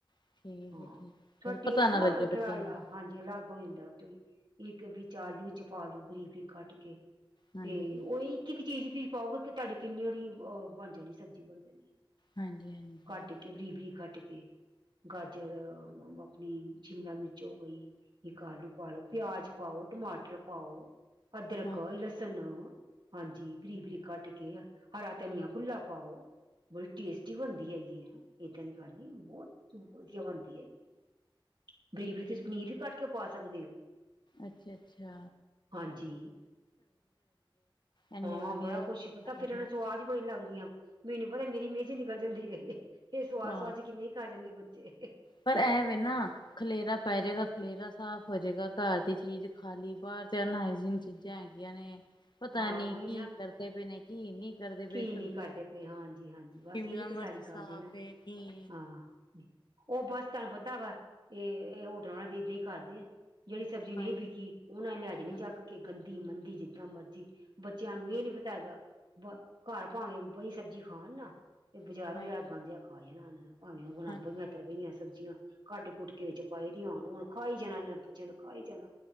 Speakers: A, on the left; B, on the right.
A: ਠੀਕ
B: ਹਾਂ
A: ਹੈ ਠੀਕ ਹੈ।
B: ਥੋੜਾ
A: ਫਿਰ
B: ਟੇਸਟ
A: ਪਤਾ
B: ਨਾ
A: ਲੱਗੇ ਬੱਚਿਆਂ
B: ਥੋੜਾ
A: ਨੂੰ
B: ਹਾਂਜੀ ਅਲੱਗ ਹੋ ਜਾਂਦਾ ਉਹ ਚ ਵੀ ਇੱਕ ਵੀਚ ਆਲੂ ਚ ਪਾਲੋ ਬਾਰੀਕ ਬਾਰੀਕ ਕਟ ਕੇ
A: ਹਾਂਜੀ।
B: ਤੇ ਉਹ ਇੱਕ ਇੱਕ ਚੀਜ਼ ਤੁਂ ਪਾਓਗੇ ਕਿ ਤੁਹਾਡੀ ਕਿੰਨੀ ਹਰੀ ਅਹ ਬਣ ਜਾਣੀ ਸਬਜ਼ੀ ਬਣ ਜਾਣੀ
A: ਹਾਂਜੀ ਹਾਂਜੀ
B: ਕੱਟ ਬਰੀਕ ਬਰੀਕ ਕੱਟ ਕੇ ਗਾਜਰ ਆਪਣੀ ਸ਼ਿਮਲਾ ਮਿਰਚ ਹੋ ਗਈ ਇੱਕ ਆਲੂ ਪਾ ਲਓ ਪਿਆਜ ਪਾਓ ਟਮਾਟਰ ਪਾਓ ਅਦਰਕ,
A: ਹਾਂਜੀ
B: ਲਸਨ ਹਾਂਜੀ ਬਰੀਕ ਬਰੀਕ ਕੱਟ ਕੇ ਹਰਾ ਧਨੀਆ ਖੁੱਲਾ ਪਾਓ ਬੜੀ ਟੇਸਟੀ ਬਣਦੀ ਹੈਗੀ ਆ ਏਦਾਂ ਦੀ ਗੱਲ ਨ ਬਹੁਤ ਵਧੀਆ ਬਣਦੀ ਹੈਗੀ ਆ ਬਰੀਕ ਬਰੀਕ ਤੁਸੀਂ ਪਨੀਰ ਵੀ ਕੱਟ ਕੇ ਪਾ ਸਕਦੇ ਹੋ।
A: ਅੱਛਾ ਅੱਛਾ
B: ਹਾਂਜੀ
A: ਇੰਨੀ
B: ਹਾਂ
A: ਵਧੀਆ
B: ਬੜਾ ਕੁਛ
A: ਬਣਾ
B: ਪਤਾ ਫਿਰ
A: ਮੋਮੋਸ।
B: ਇਹਨਾਂ ਨੂੰ ਸਵਾਦ ਈ ਬੜੀ ਲੱਗਦੀਆਂ ਮੈਨੂੰ ਪਤਾ ਮੇਰੀ ਮਿਹਜ ਈ ਨਿਕਲ ਜਾਂਦੀ ਏ ਸਵਾਦ
A: ਹਾਂ
B: ਸੁਵਾਦ ਚ ਕਿੰਨੇ ਖਾ ਜਾਂਦੇ ਬੱਚੇ
A: ਪਰ ਐਵੇਂ ਨਾ ਖਲੇਰਾ ਪੈ ਜਾਏਗਾ ਖਲੇਰਾ ਸਾਫ਼ ਹੋ ਜਾਏਗਾ ਘਰ ਦੀ ਚੀਜ਼ ਖਾਲੀ ਬਾਹਰ ਤੇ ਅ ਚੀਜ਼ਾਂ ਹੈਗੀਆਂ ਨੇ ਪਤਾ
B: ਹਾਂ
A: ਨੀ
B: ਉਹੀ
A: ਕੀ
B: ਨਾ
A: ਕਰਦੇ ਪਏ ਨੇ ਕੀ ਨਹੀਂ ਕਰਦੇ ਪਏ
B: ਕੀ
A: ਸਬਜ਼ੀ
B: ਨਹੀਂ ਕਰਦੇ ਪਏ ਹਾਂਜੀ ਹਾਂਜੀ ਬਸ
A: ਸ਼ਿਮਲਾ
B: ਇਹੀ ਤੇ
A: ਮਿਰਚ
B: ਸਾਰੀ
A: ਸਾਫ਼
B: ਗੱਲ ਨਾ
A: ਏ ਨੀ
B: ਹਾਂ ਉਹ ਬਸ ਤੁਹਾਨੂੰ ਪਤਾ ਵਾ ਇਹ ਹੋਟਲਾਂ ਵਾਲਾ ਏਦਾਂ ਹੀ ਕਰਦੇ ਆ ਜਿਹੜੀ ਸਬਜ਼ੀ ਨਹੀਂ
A: ਹਾਂ
B: ਵਿਕੀ ਉਹਨਾਂ ਲੈ ਜਾਨੀ
A: ਹਾਂ
B: ਚੱਕ ਕੇ ਗੰਦੀ ਮੰਦੀ ਜਿੱਦਾਂ ਮਰਜ਼ੀ ਬੱਚਿਆਂ ਨੂੰ ਇਹ ਨੀ ਪਤਾ ਹੇਗਾ ਬ ਘਰ ਭਾਵੇਂ ਬਈ ਸਬਜ਼ੀ ਖਾਣ ਨਾ ਤੇ ਬਾਜ਼ਾਰ
A: ਹਾਂ
B: ਜਾ ਕੇ ਗੰਦ ਜਿਹਾ ਖਾ ਆਣਾ ਓਨਾ ਨੇ ਭਾਵੇਂ ਉਹ ਹੋਣਾ
A: ਹਾਂ
B: ਬਈਆਂ ਤਰਬਈਆਂ ਸਬਜ਼ੀਆਂ ਕੱਟ ਕੁਟ ਕੇ ਵਿੱਚ ਪਾਏ ਦੀ ਹੋਣ ਹੁਣ ਖਾਈ ਜਾਣਾ ਇਹ ਨੇ ਬੱਚਿਆਂ ਨੂੰ ਖਾਾਈ ਜਾਣਾ